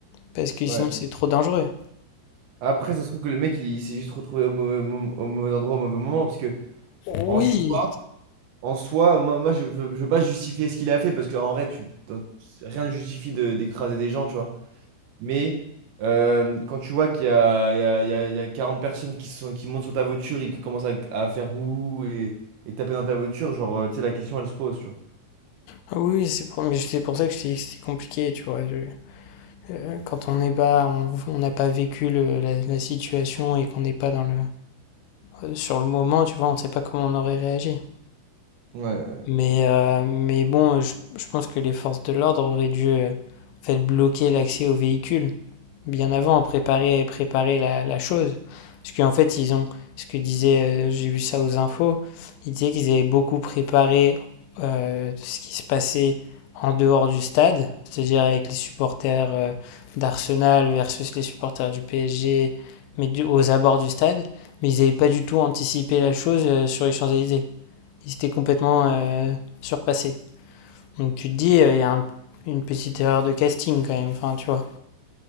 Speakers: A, on the left; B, on the right.
A: Parce que sinon
B: Ouais.
A: c'est trop dangereux.
B: Après, ça se trouve que le mec, il, s'est juste retrouvé au mauvais, mom- au mauvais endroit, au mauvais moment, parce que
A: Oui,
B: en soi. En soi, moi, moi, je ne veux je veux pas justifier ce qu'il a fait parce qu'en vrai, tu, t'en- rien ne justifie de- d'écraser des gens, tu vois. Mais euh, quand tu vois qu'il y a, il y a, il y a- il y a 40 personnes qui, sont, qui montent sur ta voiture et qui commencent à, à faire ouh et, et taper dans ta voiture, genre, euh, tu sais, la question, elle se pose, tu vois.
A: Ah oui, oui, c'est pour, mais c'est pour ça que je t'ai dit que c'était compliqué, tu vois. je- euh, quand on n'est pas, on on n'a pas vécu le- la, la situation et qu'on n'est pas dans le, euh, sur le moment, tu vois, on ne sait pas comment on aurait réagi.
B: Ouais. ouais.
A: Mais, euh, mais bon, euh, je, je pense que les forces de l'ordre auraient dû euh, en fait, bloquer l'accès aux véhicules bien avant, préparer, préparer la, la chose. Parce qu'en fait, ils ont, ce que disait, euh, j'ai vu ça aux infos, ils disaient qu'ils avaient beaucoup préparé euh, ce qui se passait en dehors du stade, c'est-à-dire avec les supporters euh, d'Arsenal versus les supporters du PSG, mais du- aux abords du stade. Mais ils n'avaient pas du tout anticipé la chose euh, sur les Champs-Élysées. Ils étaient complètement euh, surpassés. Donc tu te dis, il euh, y a un- une petite erreur de casting quand même, enfin tu vois.